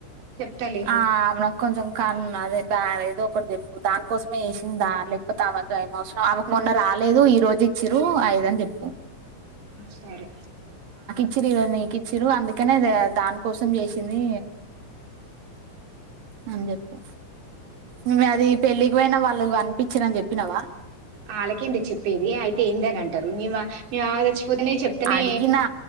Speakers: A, on the right; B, on the right.
A: చెప్తాలే
B: ఆ అవున కొంచం కన్ అదే ఆ ఏదో ఒకటి చెప్పు దానికోసమే చేసింది లేకపోతే ఆమెకు ఏం అవసరం ఆమెకు మొన్న రాలేదు ఈ రోజు ఇచ్చిరు అదిదని చెప్పు
A: సరే
B: ఇచ్చిన్రు నీకు ఇచ్చిన్రు అందుకనే దాని కోసం చేసింది అని చెప్పు నువ్ అది పెళ్ళికి పోయిన వాళ్ళు కనిపించిన్రు అని చెప్పినవ
A: ఆల్లకేంది చెప్పేది అయితే ఏందని అంటారు నివ నివాలచ్ పోదునుంచి చెప్తనే
B: అడిగినా